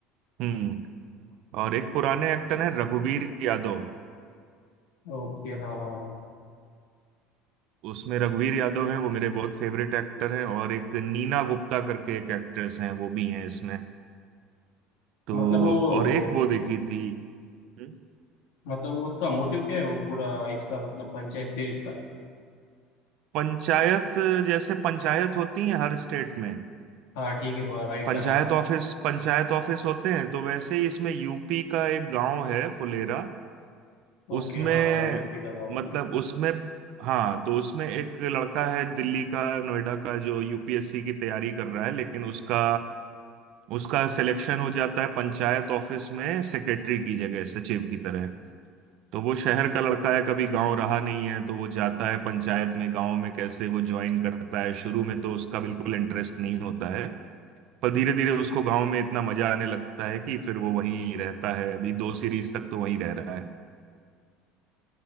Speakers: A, on the right; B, on the left.
A: हम्म और एक पुराने एक्टर हैं रघुवीर यादव
B: ओके हाँ हाँ हाँ
A: उसमें रघुवीर यादव हैं वो मेरे बहुत फेवरेट एक्टर हैं और एक नीना गुप्ता करके एक एक्ट्रेस हैं वो भी हैं इसमें तो
B: मतलब वो
A: और एक वो देखी थी हम्म?
B: मतलब वो उसका मोटिव क्या है वो पूरा इसका मतलब पंचायत सीरीज का
A: पंचायत जैसे पंचायत होती है हर स्टेट में
B: हाँ ठीक है राइट
A: पंचायत
B: हाँ
A: ऑफिस पंचायत ऑफिस होते हैं तो वैसे ही इसमें यूपी का एक गांव है फुलेरा उसमें
B: ओके हाँ हाँ यूपी का गाँव
A: मतलब
B: क्या
A: उसमें हाँ तो उसमें एक लड़का है दिल्ली का नोएडा का जो यूपीएससी की तैयारी कर रहा है लेकिन उसका उसका सिलेक्शन हो जाता है पंचायत ऑफिस में सेक्रेटरी की जगह सचिव की तरह तो वो शहर का लड़का है कभी गांव रहा नहीं है तो वो जाता है पंचायत में गांव में कैसे वो ज्वाइन करता है शुरू में तो उसका बिल्कुल इंटरेस्ट नहीं होता है पर धीरे धीरे उसको गांव में इतना मजा आने लगता है कि फिर वो वहीं रहता है अभी दो सीरीज तक तो वहीं रह रहा है